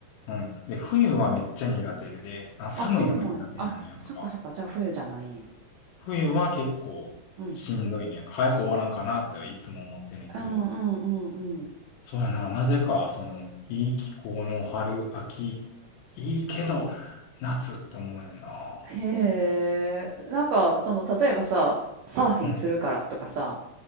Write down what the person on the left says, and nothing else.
うん。で、冬はめっちゃ苦手で、あ、寒いのが苦手やねんやんか。
冬は結構しんどいねんやんか。
早く終わらんかなっていつも思ってんねんけど、
そうやな、なぜかその、いい気候の春、秋、いいけど、夏って思うねんな。
うん。